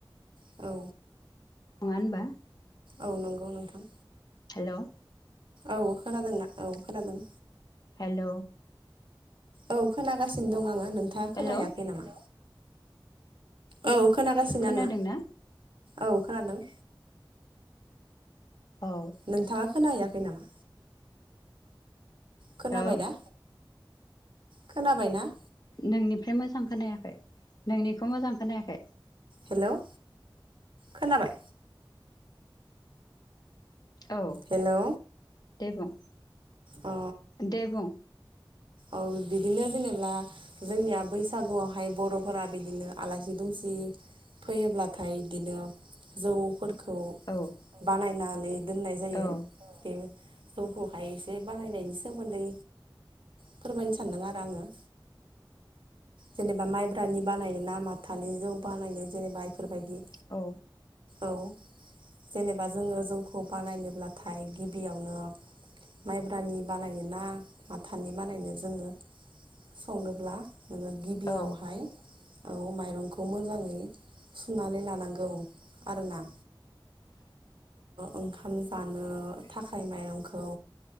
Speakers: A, on the right; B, on the left.
A: औ।
B: नङा होनबा।
A: औ नंगौ नोंथां।
B: हेल'।
A: औ खोनादोंना औ खोनादों।
B: हेल'।
A: औ खोनागासिनो दं आङो नोंथाङा
B: हेलौ
A: खोनायाखै नामा? औ खोनागासिनो
B: खोनादोंना
A: आङो औ खोनांदों।
B: औ।
A: नोंथाङा खोनायाखै नामा? खोनाबायना
B: औ
A: खोनाबायना?
B: नोंनिफ्राय मोजां खोनायाखै नोंनिखौ मोजां खोनायाखै।
A: हेल' खोनाबाय।
B: औ
A: हेलौ
B: दे बुं।
A: अ
B: दे बुं
A: औ। बिदिनो जेनेबा जोंनिया बैसागुआवहाय बर'फोरा बिदिनो आलासि दुमसि फैयोब्लाथाय बिदिनो जौफोरखौ
B: औ।
A: बानायनानै दोननाय जायो।
B: औ
A: बे जौखौहाय बे बे बारानायनायनि सोमोन्दै फोरमायनो सानदों आरो आङो। जेनेबा माइब्रानि बानाय नामाथानि जौ बानायनो जेनेबा इफोरबायदि
B: औ।
A: औ जेनेबा जोङो जौखौ बानायनोब्लाथाय गिबियावनो माइब्रानि बानायनो ना माथानि बानायनो जोङो संनोब्ला नोङो गिबियावहाय
B: औ
A: औ माइरंखौ मोजाङै सुनानै लानांगौ आरोना। ओंखाम जानो थाखाय माइरंखौ